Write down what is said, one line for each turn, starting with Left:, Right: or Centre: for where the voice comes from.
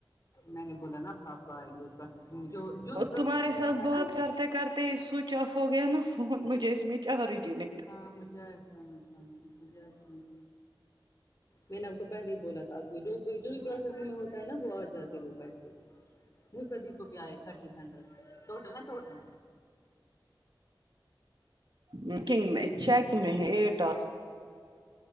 Left: میں نے بولا نا آپ کو آپ کو ائینگے جو بھی پروسیسنگ میں جو یو وی پروسیسنگ
Right: تمہارے ساتھ
Left: آتا ہے
Right: بات
Left: نا
Right: کرتے کرتے ہی سوئچ آف ہو گیا نا فون مجھے اس میں چارج ہی نہیں
Left: ہاں مجھے آیا سمجھ میں مجھے آیا سمجھ میں نے آپ کو پہلے ہی بولا تھا آپ کو جو جو بھی پروسیسنگ میں ہوتا ہے نا وہ آ جاتے وہ پیسے مصدیق کو بھی آئے تھرٹین ہنڈریڈ ٹوٹل نا ٹوٹل
Right: میکنگ میں چیک میں ہے یہ ٹاسک